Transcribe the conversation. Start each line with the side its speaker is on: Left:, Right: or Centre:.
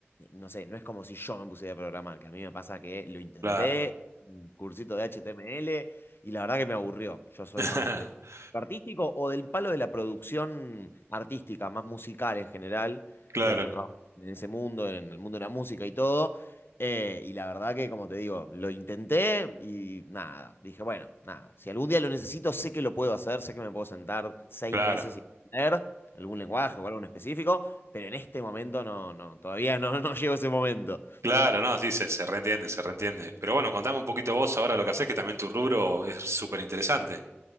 Left: no sé, no es como si yo me pusiera a programar, que a mí me pasa que lo intenté,
Right: Claro,
Left: un cursito de HTML, y la verdad que me aburrió. Yo soy
Right: <laughs>
Left: más de lo artístico o del palo de la producción artística, más musical en general.
Right: claro,
Left: Eh, yo trabajo en ese mundo, en el mundo de la música y todo. Eh, y la verdad que, como te digo, lo intenté y nada, dije, bueno, nada, si algún día lo necesito, sé que lo puedo hacer, sé que me puedo sentar seis
Right: claro,
Left: meses y aprender algún lenguaje o algo en específico, pero en este momento no, no, todavía no, <laughs> no llego a ese momento.
Right: claro, no, sí, se, se reentiende, se reentiende. Pero bueno, contame un poquito vos ahora lo que haces, que también tu rubro es súper interesante.